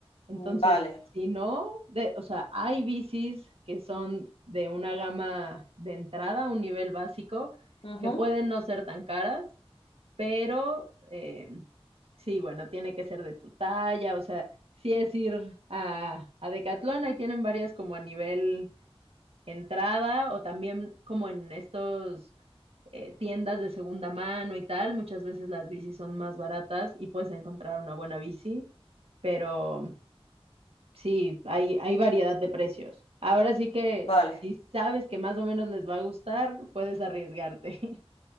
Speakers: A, on the right; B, on the left.
A: Entonces,
B: mm, vale,
A: si no, de, o sea, hay bicis que son de una gama de entrada, un nivel básico,
B: ujú,
A: que pueden no ser tan caras, pero eh, sí, bueno, tiene que ser de tu talla, o sea, si es ir a, a Decathlon, ahí tienen varias como a nivel entrada o también como en estos eh, tiendas de segunda mano y tal, muchas veces las bicis son más baratas y puedes encontrar una buena bici, pero sí, hay, hay variedad de precios. Ahora sí que
B: vale.
A: si sabes que más o menos les va a gustar, puedes arriesgarte. <laughs>